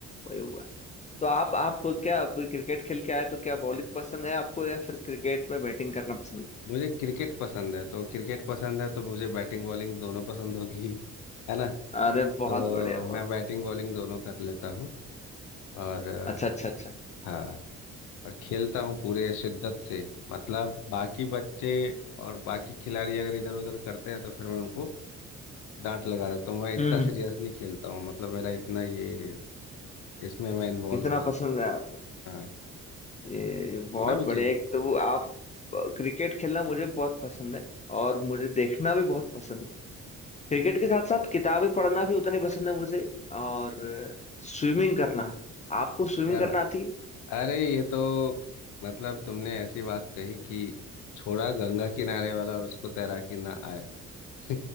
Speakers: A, on the left; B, on the left.
A: वही हुआ तो आप आप क्या आप क्रिकेट खेल के आए तो क्या बॉलिंग पसंद है आपको या फिर क्रिकेट में बैटिंग करना पसंद
B: मुझे क्रिकेट पसंद है तो क्रिकेट पसंद है तो मुझे बैटिंग बॉलिंग दोनों पसंद होगी <laughs> है ना
A: है अरे बहुत
B: तो
A: बढ़िया बहुत
B: मैं बैटिंग बॉलिंग दोनों कर लेता हूँ और अ,
A: अच्छा अच्छा अच्छा
B: हाँ और खेलता हूँ पूरे शिद्दत से मतलब बाकी बच्चे और बाकी खिलाड़ी अगर इधर उधर करते हैं तो फिर मैं उनको डांट लगा देता हूँ मैं इतना
A: हम्म
B: सीरियसली खेलता हूँ मतलब मेरा इतना ये इसमें मैं इन्वॉल्व
A: इतना
B: हो जाता
A: पसंद है आपको
B: हूँ हाँ
A: ये बहुत
B: होना भी चाहिए
A: बढ़िया एक तो वो आप क्रिकेट खेलना मुझे बहुत पसंद है और मुझे देखना भी बहुत पसंद है क्रिकेट के साथ साथ किताबें पढ़ना भी उतनी पसंद है मुझे और स्विमिंग करना आपको स्विमिंग
B: क्या
A: करना आती है?
B: अरे ये तो मतलब तुमने ऐसी बात कही कि छोड़ा गंगा किनारे वाला और उसको तैराकी ना आए <laughs>